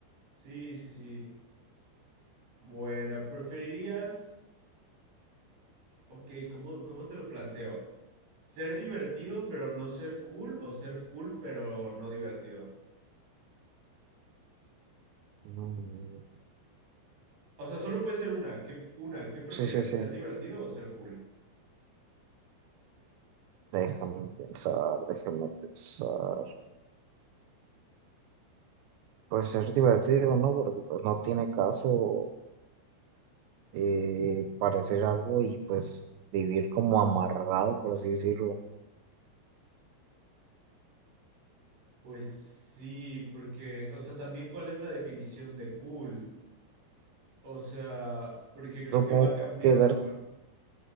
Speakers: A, on the right; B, on the right.
A: Sí, sí, sí. Bueno, ¿preferirías Ok, ¿cómo, cómo te lo planteo? ¿Ser divertido pero no ser cool o ser cool pero no divertido?
B: Mm,
A: O sea, solo puede ser una. ¿Qué, una, ¿qué prefieres?
B: Sí, sí, sí.
A: ¿Ser divertido o ser cool?
B: Déjame pensar, déjame pensar. Pues es divertido, ¿no? Porque pues no tiene caso eh, parecer algo y pues vivir como amargado, por así decirlo.
A: Pues sí, porque, o sea, también cuál es la definición de cool. O sea, porque creo
B: Supongo
A: que va cambiando
B: que ver,
A: con...